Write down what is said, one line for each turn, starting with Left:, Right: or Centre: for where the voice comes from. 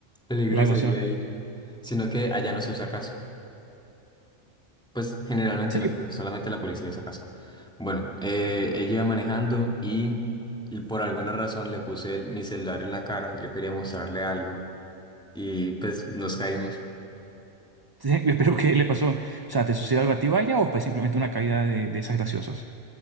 Centre: peligro
Right: la emoción.
Centre: sería ahí, sino que allá no se usa casco, pues generalmente
Right: Sí,
Centre: no, pero solamente la policía usa casco. Bueno, eh, ella iba manejando y, y por alguna razón le puse el- mi celular en la cara, yo quería mostrarle algo y pues nos caímos.
Right: sí, pero ¿qué le pasó? O sea, ¿te sucedió algo a ti, vaya, o fue simplemente una caída de, de esas graciosas?